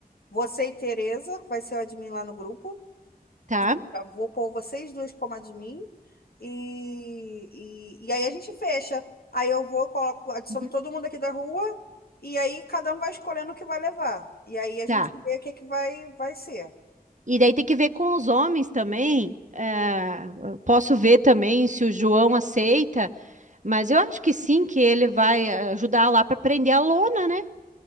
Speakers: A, on the left (about 80°); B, on the right (about 50°).
A: você e Tereza, que vai ser o admin lá no grupo.
B: Tá?
A: Já vou pôr vocês dois como admin. E, e, e aí a gente fecha. Aí eu vou, coloco, adiciono
B: Uhum.
A: todo mundo aqui da rua, e aí cada um vai escolhendo o que vai levar. E aí a gente
B: Tá.
A: vê o que que vai, vai ser.
B: E daí tem que ver com os homens também. eh, posso ver também se o João aceita, mas eu acho que sim, que ele vai ajudar lá para prender a lona, né?